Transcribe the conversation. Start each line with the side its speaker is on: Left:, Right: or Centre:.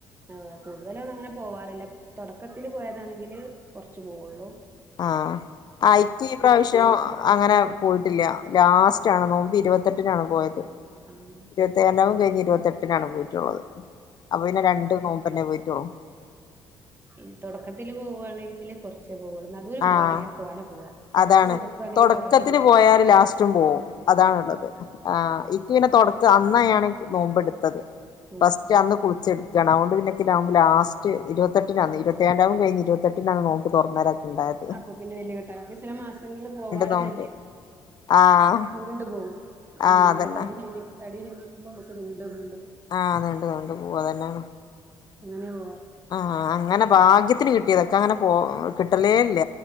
Right: ആഹ് കൂടുതലൊന്നും അങ്ങനെ പോവാറില്ല തൊടക്കത്തില് പോയതാണെങ്കില് കുറച്ചു പോവുള്ളു
Left: ആഹ് എനിക്കി ഈ പ്രാവശ്യം അങ്ങനെ പോയി ട്ടില്ല ലാസ്റ്റാണ് നോമ്പ് ഇരുപത്തെട്ടിനാണ് പോയത്
Right: ഉം
Left: ഇരുപത്തി
Right: ആഹ് തൊടക്ക
Left: ഏഴാം രാവും കഴിഞ്ഞ് ഇരുപത്തെട്ട് ട്ടിനാണ് പോയിട്ടൊള്ളത് അപ്പൊ പിന്നെ രണ്ട് നോമ്പന്നെ പോയിട്ടൊള്
Right: ഈ തൊടക്കത്തില് പോവാണെങ്കില് കൊറച്ചെ പോവുള്ളൂ നടൂല് പോവാണെങ്കിലെ
Left: ആഹ്
Right: തോനെ പോവാ തൊടക്ക്
Left: അതാണ്
Right: കൊടുക്കാണെങ്കി
Left: തൊടക്കത്തില്
Right: കൊറേശെ കൊടു
Left: പോയാല് ലാസ്റ്റും പോവും അതാണുള്ളത്
Right: ലാസ്റ്റ് ഉം
Left: ആഹ് എനിക്കിങ്ങനെ തൊടക്ക അന്നാ ഞാന് നോമ്പെടുത്തത്
Right: ഉം
Left: ഫസ്റ്റ് അന്ന് കുളിച്ചെട അതുകൊണ്ട് പിന്നെ ഇൻക്ക് നോമ്പ് ലാസ്റ്റ് ഇരുപത്തെട്ടിനാണ് ഇരുത്തി എഴാ രാവും കഴിഞ്ഞ് ഇരുത്തെട്ടിനാണ് നോമ്പ് തൊറന്നരാ ഇണ്ടായത്
Right: അപ്പൊ പിന്നെ വല്യ കിട്ടലാണ് ഇൻക്ക് ചില മാസങ്ങളിൽ പോവാറന്നെയില്ല
Left: നോമ്പ് ആഹ്
Right: നീണ്ട് പോവും അങ്ങനെ
Left: ആഹ്
Right: നമ്മൾ
Left: അതന്നെ
Right: തടി ക്ഷീണി തടി ക്ഷീണിക്കുമ്പോ നമക്ക്നീണ്ട് നീണ്ട് പോവും
Left: ആഹ് നീണ്ട് നീണ്ട് പോവും അതന്നെണ്
Right: അങ്ങനയാ പോവാറ്
Left: ആഹ് അങ്ങനെ ഭാഗ്യത്തിന് കിട്ടിയതാ എനിക്കങ്ങനെ പോ കിട്ടലേ ഇല്ല